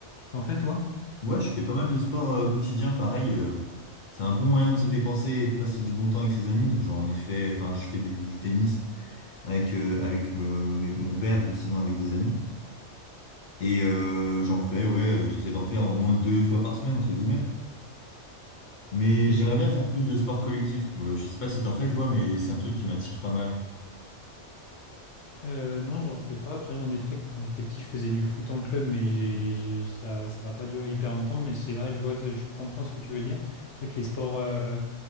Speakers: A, on the left; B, on the left.
A: T'en fais, toi?
B: Ouais, je fais pas mal de sport euh, quotidien, pareil. euh, c'est un bon moyen de se dépenser et de passer du bon temps avec ses amis. Donc j'en ai fait, enfin je fais du, du tennis avec, euh, avec euh, mes- mon père ou sinon avec des amis. Et euh, j'en fais, ouais, euh, j'essaie d'en faire au moins deux fois par semaine, entre guillemets. Mais
A: Et
B: j'aimerais bien faire plus de sport collectif. Euh, je sais pas si t'en fais toi, mais c'est un truc qui m'attire pas mal.
A: Euh, non, j'en fais pas. Après, j'en ai fait quand j'étais petit, je faisais du foot en club, mais j'ai, j'ai- ça, ça a pas duré hyper longtemps. Mais c'est vrai, je vois, je comprends ce que tu veux dire. C'est vrai que les sports euh,